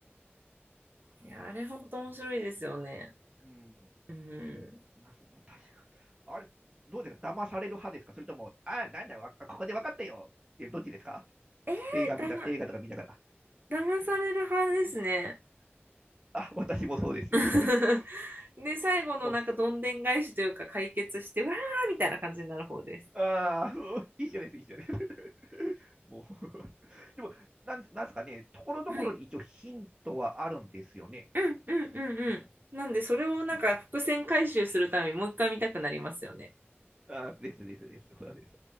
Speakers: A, on the right (about 50°); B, on the right (about 20°).
A: いや、あれほんと面白いですよね。
B: うん。
A: うん。
B: な確か。あれ、どうですか騙される派ですかそれとも、あ、なんだよ、わここで分かったよって、どっちですか
A: えー、
B: 映画見な、
A: だま、
B: 映画とか見ながら。
A: 騙される派ですね。
B: あ、私もそうです。
A: <laughs>
B: <laughs>
A: で、最後のなんかどんでん返しというか解決して、
B: も
A: わーみたいな感じになる方です。
B: う、ああ、<laughs> 一緒です、一緒です。<laughs> もう、<laughs> でも、なん、なんですかね、ところどころに一応ヒントはあるんですよね。
A: はいうんうんうんうん。なんで、それをなんか伏線回収するためにもう一回見たくなりますよね。
B: うんあーですですです。そうです。